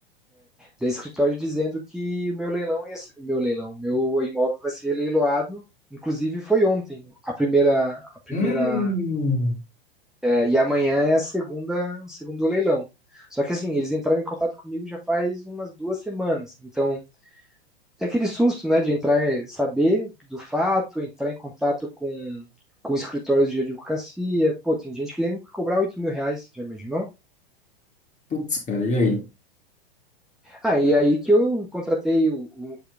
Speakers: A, in the centre; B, on the left.
A: Da escritório dizendo que o meu leilão ia ser, meu leilão, meu imóvel vai ser leiloado. Inclusive foi ontem a primeira, a primeira
B: hum.
A: é, e amanhã é a segunda, o segundo leilão. Só que assim eles entraram em contato comigo já faz umas duas semanas. Então é aquele susto, né, de entrar, saber do fato, entrar em contato com, com escritórios de advocacia. Pô, tem gente querendo cobrar oito mil reais, já imaginou?
B: Putz, cara, e aí?
A: Ah, e aí que eu contratei, o, o-